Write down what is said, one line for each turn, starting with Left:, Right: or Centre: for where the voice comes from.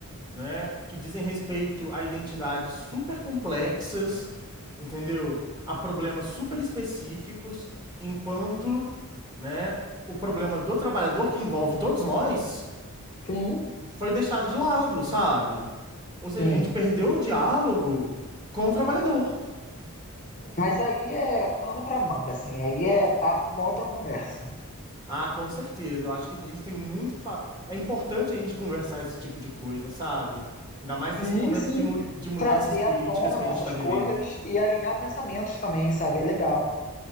Right: né? Que dizem respeito a identidades super complexas, entendeu? A problemas super específicos, enquanto, né? O problema do trabalhador que envolve todos nós
Left: sim,
Right: foi deixado de lado, sabe? Ou seja,
Left: sim.
Right: a gente perdeu o diálogo com o trabalhador.
Left: Mas aí é pano para manga, assim, aí é papo, uma outra conversa.
Right: Ah, com certeza. Eu acho que a gente tem muito que falar. É importante a gente conversar esse tipo de coisa, sabe? Ainda mais
Left: Sim,
Right: nesse momento
Left: sim.
Right: de, mu de mudanças
Left: trazer
Right: políticas
Left: à tona
Right: que a gente
Left: essas
Right: está vivendo.
Left: coisas e alinhar pensamentos também, sabe? É legal.